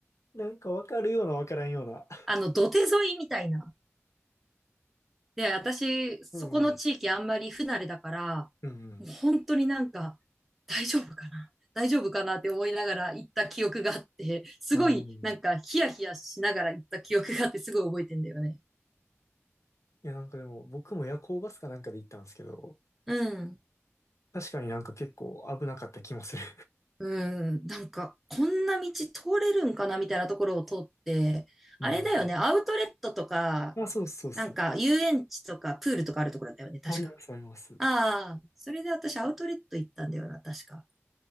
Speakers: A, on the left; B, in the centre.
A: なんかわかるようなわからんような。
B: <laughs> あの、土手沿いみたいな。で、私、そこの地域あんまり不慣れだから、
A: うんうん。うん
B: もう本当になんか、大丈夫かな大丈夫かなって思いながら行った記憶があって、すごいなんかヒヤヒヤしながら行った記憶があってすごい覚えてんだよね。
A: うん。あん。いや、なんかでも、僕も夜行バスかなんかで行ったんですけど、
B: うん。
A: 確かになんか結構危なかった気もする。
B: うん。なんか、こんな道通れるんかなみたいなところを通って、
A: うん。
B: あれだよね、アウトレットとか、
A: あ、そうそうそう。
B: なんか遊園地とかプールとかあるところだよね、確か。
A: あります、あります。
B: ああ、それで私アウトレット行ったんだよな、確か。